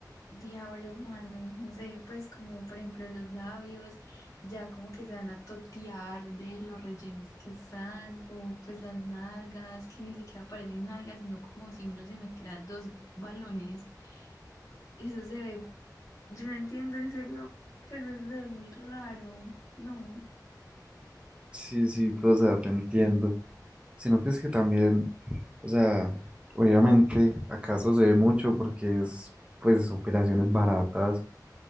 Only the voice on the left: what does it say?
diablo humano, no sé, pues como por ejemplo los labios, ya como que se van a totear de los rellenos que están, o pues las nalgas, que ni siquiera parecen nalgas, sino como si uno se metiera dos balones. Eso se ve, yo no entiendo, en serio, pues eso se ve muy raro, no,